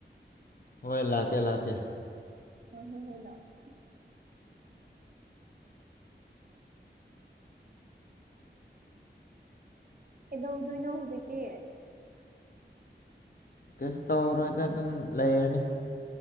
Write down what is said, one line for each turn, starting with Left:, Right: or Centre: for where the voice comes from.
Left: ꯍꯣꯏ ꯂꯥꯛꯀꯦ ꯂꯥꯛꯀꯦ
Right: ꯍꯣꯏ ꯍꯣꯏ ꯍꯣꯏ ꯂꯥꯛꯑꯣ ꯀꯩꯗꯧꯗꯣꯏꯅꯣ ꯍꯨꯖꯤꯛꯇꯤ
Left: ꯀꯩꯁꯨ ꯇꯧꯔꯣꯏꯗ ꯑꯗꯨꯝ ꯂꯩꯔꯅꯤ